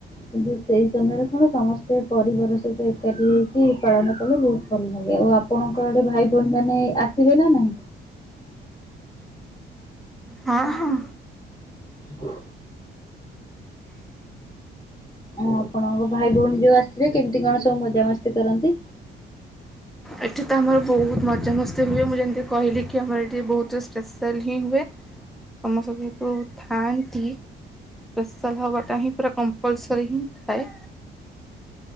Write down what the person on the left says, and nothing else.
କିନ୍ତୁ ସେହି ସମୟରେ କଣ ସମସ୍ତେ ପରିବାର ସହିତ ଏକାଠି ହେଇ କି ପାଳନ କଲେ ବହୁତ ଭଲ ଲାଗେ ଆଉ ଆପଣଙ୍କ ଆଡ଼େ ଭାଇ ଭଉଣୀ ମାନେ ଆସିବେ ନା ନାଇଁ?
ହଁ ଆ ଆପଣଙ୍କ ଭାଇ ଭଉଣୀ ଯୋଉ ଆସିବେ କେମତି କଣ ସବୁ ମଜା ମସ୍ତି କରନ୍ତି?